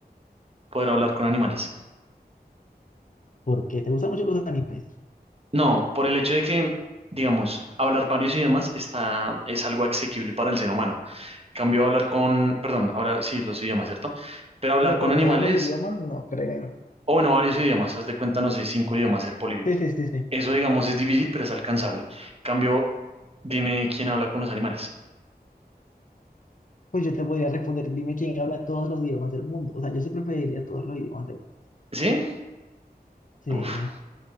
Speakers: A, on the right (about 35°); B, on the left (about 50°).
A: Poder hablar con animales.
B: ¿Por qué? ¿Te gustan mucho los animales?
A: No, por el hecho de que, digamos, hablar varios idiomas está, es algo asequible para el ser humano. cambio a hablar con, perdón, ahora sí, los idiomas, ¿cierto? Pero hablar
B: No,
A: con
B: pero
A: animales,
B: todos los idiomas no creo.
A: o bueno, varios idiomas, haz de cuenta, no sé, cinco idiomas, ser políglota.
B: Sí, sí, sí, sí.
A: Eso, digamos, es difícil, pero es alcanzable. Cambio, dime quién habla con los animales.
B: Pues yo te podría responder, dime quién habla todos los idiomas del mundo. O sea, yo siempre preferiría todos los idiomas del mundo.
A: ¿Sí?
B: Sí,
A: Uf.